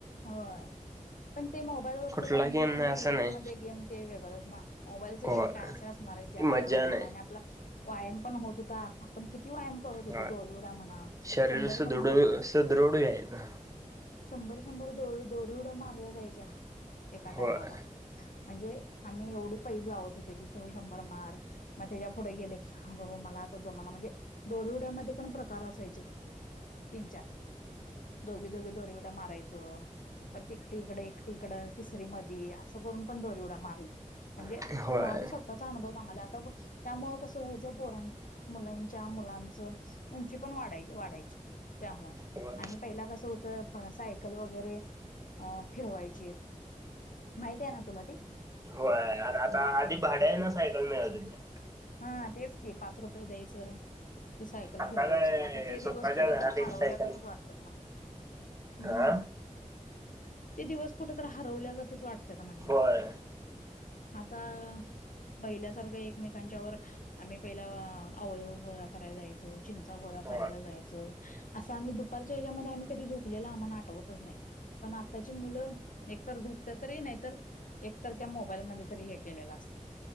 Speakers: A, on the left (about 75°); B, on the right (about 25°).
A: होय. पण ते मोबाईलवरच
B: कुठला
A: गेम आणि
B: नाही असं
A: रिअलमध्ये
B: नाही
A: गेम ते वेगळच ना मोबाईलच
B: हो
A: गेम काय असे असणार आहे जे
B: ती
A: आपण
B: मज्जा
A: अनुभवलं
B: नाही
A: आणि आपला व्यायाम पण होत होता आपण किती व्यायाम करत होतो
B: हो
A: दोरऊड्या म्हणा
B: शरीर
A: शंभर
B: सुदृढ
A: शंभर
B: सुदृढी आहेत.
A: शंभर शंभर दो दोरी उड्या मारल्या जायच्या एका
B: होय
A: टायमाला म्हणजे आम्ही एवढी पैज लावत होतो की तू शंभर मार मग त्याच्या पुुढ गेले की हा बाबा मला आता जमना म्हणजे दोरऊड्यामध्ये पण प्रकार असायचे. तीन चार दोघी दोघी दोरी उड्या मारायच. परत एकटी इकडं एकटी इकडं तिसरी मधी असं करून पण दोरी उड्या मारल्या. म्हणजे
B: होय
A: माझा स्वतःचा अनुभव सांगाला आता त्यामुळं कसं व्हायचं पोरा मुलांच्या मुलांचं उंची पण वाढाय वाढाय ची त्यामुळं
B: होय
A: आणि पहिला कस होत बघा सायकल वगैरे अ फिरवायची माहित आहे ना तुला ते
B: होय आता आधी भाड्यान सायकल मिळत होत्या.
A: हा तेच की पाच रुपये द्यायचं ती सायकल
B: आता
A: फिरवायची
B: काय
A: आता ते
B: स्वतःच्या
A: दिवस कुठ
B: घरात
A: तर
B: एक
A: हरवल्यागतच
B: सायकल
A: वाटत्यात मला
B: हा
A: हम्म. ते दिवस कुठे तर हरवल्यागतच वाटत्यात म्हणलं.
B: होय
A: आता पहील्यासारखं एकमेकांच्यावर आम्ही पहिला आवळ गोळा कराय जायचो, चिंचा गोळा
B: होय
A: करायला जायचो. च असं आम्ही दुपारच्या हेज्यामध्ये आम्ही कधी झोपलेल आम्हाला आठवतच नाही. पण आत्ताची मुलं एकतर झोपतात तरी नाही तर एक तर त्या मोबाईलमध्ये तरी हे केलेलं असतंय.